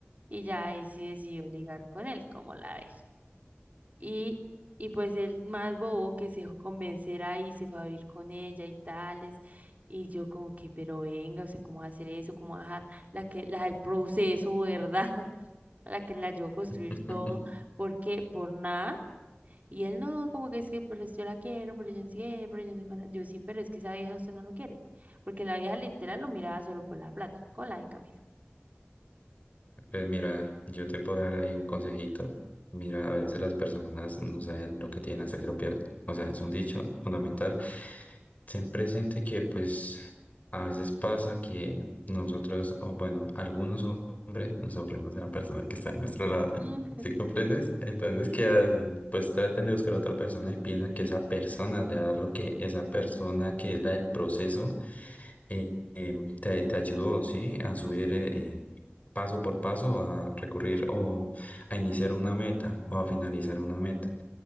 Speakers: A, on the right; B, on the left.
A: y ya ahí sí decidió ligar con él, como la ve. Y, y pues el más bobo que se dejó convencer ahí, se fue a vivir con ella y tales. Y yo como que, pero venga, o sea, ¿cómo va a hacer eso? ¿Cómo va a dejar la que, la del proceso, ¿verdad? <laughs> A La que la ayudó a construir
B: <laughs>
A: todo, porque por nada. Y él no, como que es que, pero yo la quiero, pero yo no sé qué, pero yo no sé cuánta". Yo sí, pero es que esa vieja usted no lo quiere. Porque la vieja literal lo miraba solo por la plata, con la de Camilo.
B: Pues mira, yo te puedo dar ahí un consejito. Mira, a veces las personas no saben lo que tienen hasta que lo pierden. O sea, es un dicho fundamental. Ten presente que pues a veces pasa que nosotros, o bueno, algunos hombres nos aburrimos de la persona que está a nuestro lado. <laughs>
A: Mm,
B: ¿Sí comprendes? Entonces,
A: Sí,
B: ¿qué hacen? Pues tratan de buscar a otra persona y piensan que esa persona le va a dar lo que esa persona que era el proceso eh, eh, te, te ayudó, ¿sí? A subir eh, paso por paso, a recurrir o a iniciar una meta o a finalizar una meta.